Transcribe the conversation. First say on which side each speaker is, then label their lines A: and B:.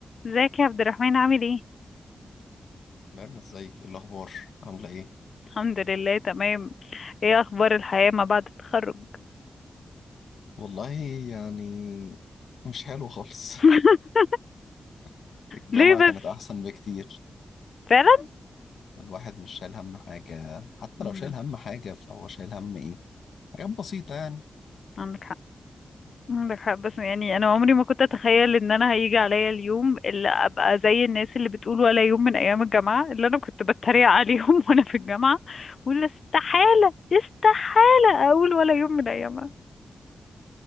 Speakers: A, on the left; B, on the left.
A: ازيك يا عبد الرحمن عامل ايه؟
B: ميرنا ازيك ايه الاخبار عامله ايه
A: الحمد لله تمام ايه اخبار الحياة ما بعد التخرج؟
B: والله يعني مش حلو خالص
A: <laughs>
B: <laughs> الجامعه
A: ليه بس؟
B: كانت احسن بكتير
A: فعلا؟
B: الواحد مش شايل هم حاجه حتى
A: مم.
B: لو شايل هم حاجه فهو شايل هم ايه حاجات بسيطه يعني
A: عندك حق عندك حق بس يعني انا عمري ما كنت اتخيل ان انا هيجي عليا اليوم اللي ابقى زي الناس اللي بتقول ولا يوم من ايام الجامعة اللي انا كنت بتريق عليهم <laughs> وانا في الجامعة ولا استحالة استحالة اقول ولا يوم من ايامها